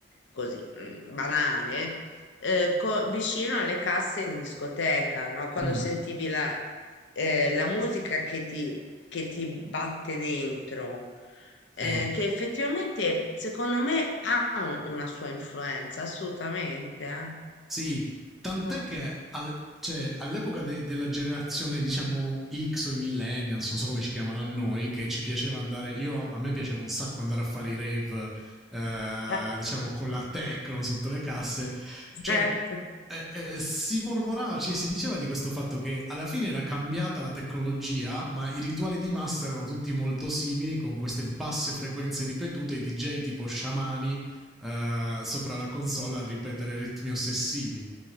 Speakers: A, on the left (about 70°); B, in the centre.
A: così mm, banale, eh, co- vicino alle casse in discoteca, no? Quando
B: mm,
A: sentivi la, eh, la musica che ti, che ti batte dentro.
B: sì.
A: eh, che effettivamente secondo me ha un- una sua influenza, assolutamente. eh.
B: Sì, tant'è
A: Mm.
B: che al- cioè, all'epoca de- della generazione, diciamo, X o i millennials, non so come ci chiamano a noi, che ci piaceva andare, io a me piaceva un sacco andare a fare i rave, eh,
A: Eh,
B: diciamo, con la techno sotto le casse,
A: certo.
B: cioè... eh, eh, si mormorava, cioè, si diceva di questo fatto che alla fine era cambiata la tecnologia, ma i rituali di massa erano tutti molto simili, con queste basse frequenze ripetute, i DJ tipo sciamani uh, sopra la console a ripetere ritmi ossessivi.